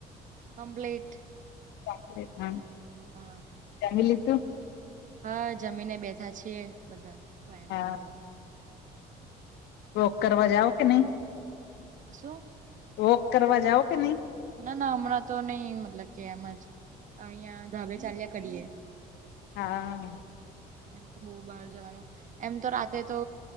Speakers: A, on the right; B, on the left.
A: કમ્પ્લેટ.
B: કોમ્પલેટ હ.
A: હા.
B: જમી લીધું?
A: હા જમીને બેઠા છીએ, બધા ફ્રેન્ડને
B: હા
A: બધા
B: ‍ વોક કરવા જાઓ કે નહી?
A: શું?
B: વોક કરવા જાઓ કે નહી?
A: ના ના હમણાં તો નહી મતલબ કે એમ જ અહિયા ધાબે ચાલ્યા કરીએ.
B: હા.
A: એમ તો બહુ બાર જવાનું એમ તો રાતે તો